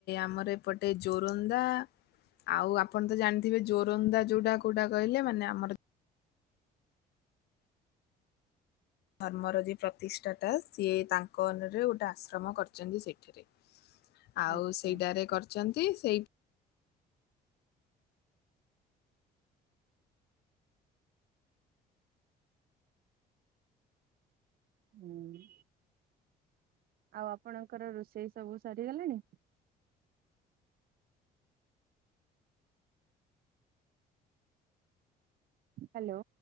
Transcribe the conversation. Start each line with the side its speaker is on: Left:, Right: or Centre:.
Left: ଆମର ଏପଟେ ଜୋରନ୍ଦା। ଆଉ ଆପଣ ତ ଜାଣିଥିବେ ଜୋରନ୍ଦା ଯୋଉଟା କୋଉଟା କହିଲେ ମାନେ ଆମ ଧର୍ମର ଯେ ପ୍ରତିଷ୍ଠା ତା ସିଏ ତାଙ୍କ ଅନରେ ଗୋଟେ ଆଶ୍ରମ କରିଛନ୍ତି ସେଇଠି। ଆଉ
Right: ଆଚ୍ଛା
Left: ସେଇଟାରେ କରିଛନ୍ତି ସେଇ
Right: ହୁଁ। ଆଉ ଆପଣଙ୍କର ରୋଷେଇ ସବୁ ସରିଗଲାଣି? ହ୍ୟାଲୋ।